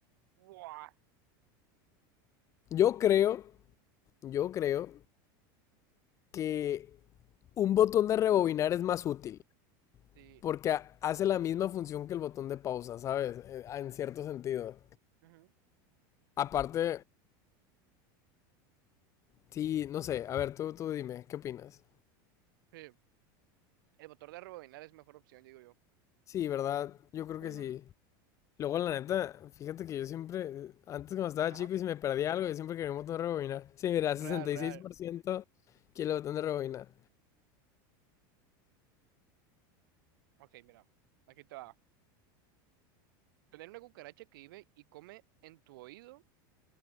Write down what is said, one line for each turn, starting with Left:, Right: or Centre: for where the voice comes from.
Right: ¡Guau!
Left: Yo creo, yo creo que un botón de rebobinar es más útil.
Right: Sí.
Left: Porque hace la misma función que el botón de pausa, ¿sabes? Eh, En cierto sentido.
Right: ujú,
Left: Aparte, sí, no sé. A ver, tú, tú dime, ¿qué opinas?
Right: Sí. El motor de rebobinar es mejor opción, digo yo.
Left: Sí, ¿verdad? Yo creo que
Right: Ujú,
Left: sí. Luego, la neta, fíjate que yo siempre, antes cuando estaba
Right: Ajá.
Left: chico y si me perdía algo, yo siempre quería un botón de rebobinar. Sí, mira, sesenta
Right: Real, real.
Left: y seis por ciento quiere el botón de rebobinar.
Right: Ok, mira. Aquí te va. Tener una cucaracha que vive y come en tu oído